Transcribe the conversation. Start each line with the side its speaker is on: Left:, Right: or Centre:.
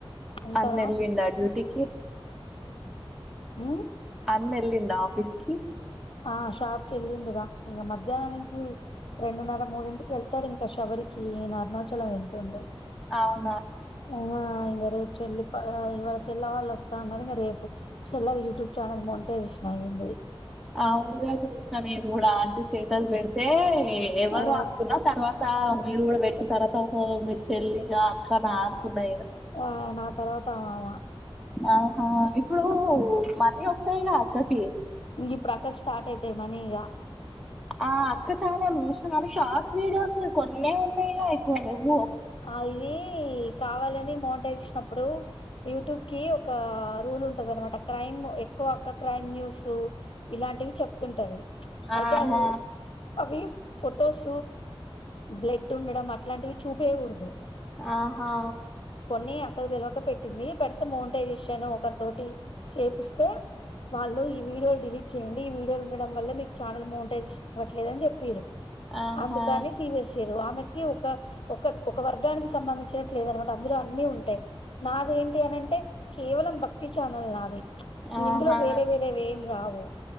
Left: ఇంకారా
Centre: అన్నెలిండా డ్యూటీకిి
Left: హు్
Centre: అన్నేలిండా ఆఫీస్కీ
Left: ఆ షాప్కి ఏళ్లిండురా ఇంగా మధ్యాన్నం నుంచి రెండున్నర మూడింటికి ఏళ్తాడు ఇంకా శబరికి ఈయన అరుణాచలం ఏళ్ళ్తుండు.
Centre: అవున్
Left: ఉవా ఇంగా రేప్ చెల్లి ఇవాళ చెల్ల వాళ్ళు వస్తా అన్నారు రేపు చెల్లది యూట్యూబ్ ఛానల్ మంటే ఇచ్చినాయింది
Centre: ఆవునుగా చూస్తా కూడా అంటి స్టేటస్ పెడితే ఎవరు
Left: ఆ
Centre: అనుకున్నా తర్వాత మీరు కూడా పెట్టిన తర్వాత ఒక మీ చెల్లిగా అక్కనే అనుకున్నాయి ఇక
Left: ఆ నా తర్వాత అ
Centre: ఆహా ఇప్పుడు మనీ వస్తాయిగా అక్కకి
Left: ఇంగ ఇప్పుడు అక్కకి స్టార్ట్ అయితాయి మనీ ఇగ
Centre: ఆ అక్క చాల్ చూసిన కానీ షార్ట్స్ వీడియోస్ కొన్ని ఉన్నాయిగా ఎక్కువవ్వు
Left: ఆ ఇది కావాలని మోంటే ప్పుడు యూట్యూబ్ కి ఒక రూల్ ఉంటది అనమాట క్రైమ్ ఎక్కువ అక్క క్రైమ్ న్యూస్ సో ఇలాంటివి చెప్తుంటవి అయితే
Centre: ఆహా!
Left: అవి అవి ఫొటోస్ బ్లడ్ ఉండడం అట్లాంటివి చూపేయకూడదు
Centre: ఆహో
Left: కొన్ని అక్కకు తెలివక పెట్టింది పెడితే మోంటై చేషాను ఒకరి తోటి చేపిస్తే వాళ్ళు ఈ వీడియోలు డిలీట్ చేయండి ఈ వీడియోలు ఉండడం వల్ల మీకు ఛానల్ బౌంటే ఇవ్వట్లేదు అని చెప్పిరు
Centre: ఆహా!
Left: అందుకని తీవేసారు ఆమెకి ఒక ఒక ఒక వర్గానికి సంబంధించినట్ లేదనమాట అందులో అన్నీ ఉంటాయి నాద ఏంటి అనింటే కేవలం భక్తి చఛానల్ నాది
Centre: ఆహా!
Left: ఇందులో వేరే వేరే వేం రావు